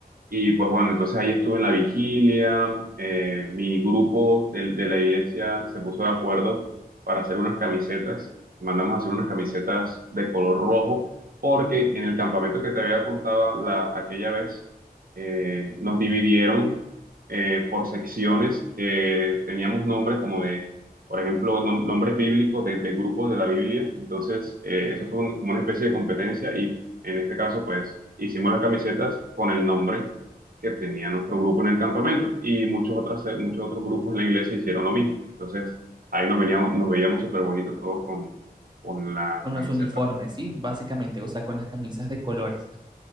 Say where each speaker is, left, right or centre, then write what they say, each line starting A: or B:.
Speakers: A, on the right (about 60°); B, on the right (about 25°).
A: Y pues bueno, entonces ahí estuve en la vigilia, eh, mi grupo del- de, la iglesia se puso de acuerdo para hacer unas camisetas, mandamos a hacer unas camisetas de color rojo, porque en el campamento que te había contado la, aquella vez, eh, nos dividieron eh, por secciones que teníamos nombres como de, por ejemplo, nom- nombres bíblicos de, de grupos de la Biblia, entonces eh, eso fue un- como una especie de competencia y en este caso pues hicimos las camisetas con el nombre que tenía nuestro grupo en el campamento y muchos otras, muchos otros grupos en la iglesia hicieron lo mismo. Entonces, ahí nos veníamos, nos veíamos súper bonitos todos con, con la
B: Con
A: camiseta
B: los uniformes,
A: roja.
B: ¿sí? Básicamente, o sea, con las camisas de colores.